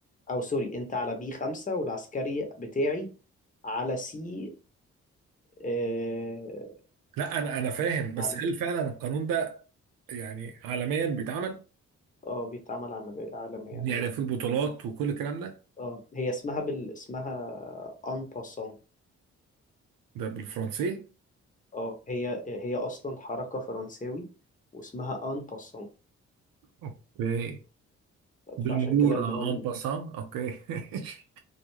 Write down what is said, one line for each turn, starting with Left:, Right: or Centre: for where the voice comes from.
Left: او سوري انت على بي خمسة والعسكري بتاعي على سي اه
Right: لا أنا أنا فاهم بس
Left: عالمي
Right: هل فعلا القانون ده يعني عالميا بيتعمل
Left: اه بيتعمل عملية عالميا
Right: يعني
Left: عادي
Right: في البطولات وكل الكلام ده
Left: اه هي اسمها بال اسمها ان باسون
Right: ده بالفرنسي
Left: اه هي هي اصلا حركه فرنساوي واسمها ان باسون
Right: اوكي بالمرور
Left: فعشان كده اللي
Right: اه
Left: هو ال-
Right: ان باسان اوكي <laughs>